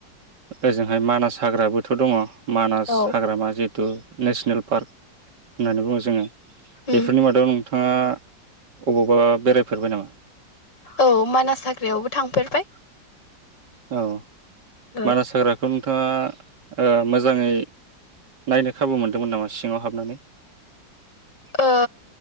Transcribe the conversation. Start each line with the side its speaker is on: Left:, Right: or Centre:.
Right: ओजोंहाय मानास हाग्राबोथ' दंङ मानास
Left: औ
Right: हाग्रामा जिहेतु नेस नेसनेल पार्क होननानै बुङो जोंङो
Left: उम
Right: बेफोरनि मादाव नोंथाङा अबावबा बेरायफेरबाय नामा?
Left: औ मानास हाग्रायावबो थांफेरबाय
Right: औ
Left: ओ
Right: मानास हाग्राखौनो नोंथाङा ओ मोजाङै नायनो खाबु मोनदोंमोन नामा सिङाव हाबनानै
Left: ओ